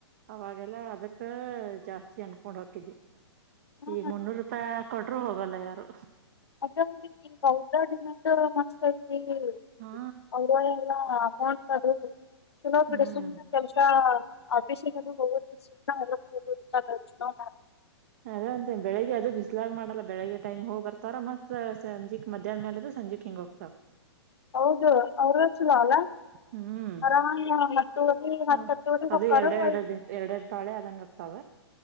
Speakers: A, on the right; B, on the left.
A: ಅವಾಗೆಲ್ಲಾ ಅದಕ್ಕ ಜಾಸ್ತಿ ಅನ್ಕೊಂಡ್ ಹಕಿದ್ವಿ
B: ಹಾ
A: ಈಗ ಮುನ್ನೂರು ರೂಪಾಯಿ ಕೊಟರು ಹೋಗಲ್ಲ ಯಾರು
B: ಅ ಬೌತಡ್ನ್ <inaudible> ಮಸ್ತ <inaudible> <unintelligible>
A: ಹಾ
B: ಒಗಲ್ಲ ಹ ಚಲೋ ಬಿಡ
A: ಹ್ಮ್
B: ಸುಮ್ಮ ಕೆಲಸ ಅಪೇಷೆದು ಬಹ ಸುಂದರ <inaudible> ಹ ನೋ <inaudible>
A: ಅದ ಅಂತ ಬೆಳಿಗ್ ಅದು ಬಿಸ್ಲಾಗಿ ಮಾಡಲ್ಲ ಬೆಳಿಗ್ಗೆ ಟೈಮ್ ಹೋಗ್ ಬರ್ತಾರ ಮತ್ ಸಂಜೆಕ್ ಮಧ್ಯಾಹ್ನ ಮೇಲೆ ಅದು ಸಂಜೆಕ್ ಹಿಂಗ ಹೋಗ್ತಾರ
B: ಹೌದು ಅವ್ರ ಚಲೋ ಅಲ್ಲ
A: ಹ್ಮ್
B: ಆರಾಮಾಗಿ ಹತ್ತುವರಿ ಹತ್ತ್
A: ಹ
B: ಹತ್ತುವರಿಗ್
A: ಅದು
B: ಹೊಕ್ಕಾರ
A: ಎರಡೆರಡು
B: ಐದ್ ಗಂಟೆ
A: ಎರಡೆರಡು ಪಾಳೆ ಅದಂಗ ಆಗ್ತಾವ